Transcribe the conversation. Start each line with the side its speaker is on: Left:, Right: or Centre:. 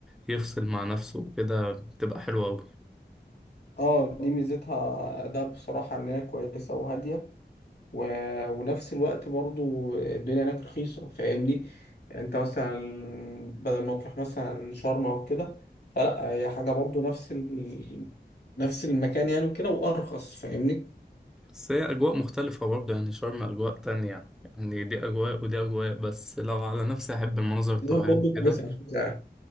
Centre: يفصل مع نفسه وكده بتبقى حلوة أوي
Left: اه دي ميزتها ده بصراحة إن هي كويسة وهادية و... ونفس الوقت برضو الدنيا هناك رخيصة فاهمني يعني انت مثلا بدل ما تروح مثلا شرم او كده فلا هي حاجة برضو نفس ال... نفس المكان يعني وكده وارخص فاهمني
Centre: بس هي أجواء مختلفة برضه يعني شرم أجواء تانية يعني دي أجواء ودي أجواء بس لو على نفسي أحب المناظر الطبيعية
Left: دهب برضو كويسة
Centre: كده
Left: على فكرة يعني